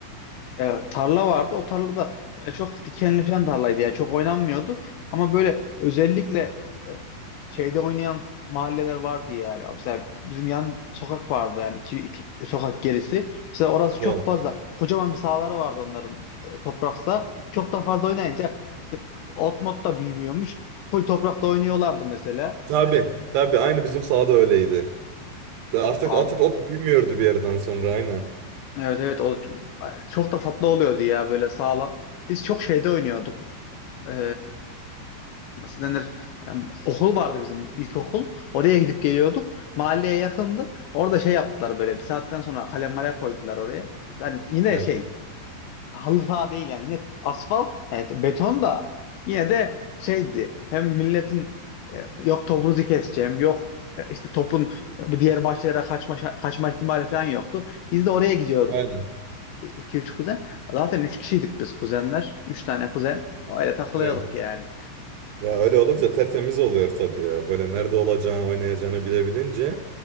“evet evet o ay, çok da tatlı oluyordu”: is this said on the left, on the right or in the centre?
Left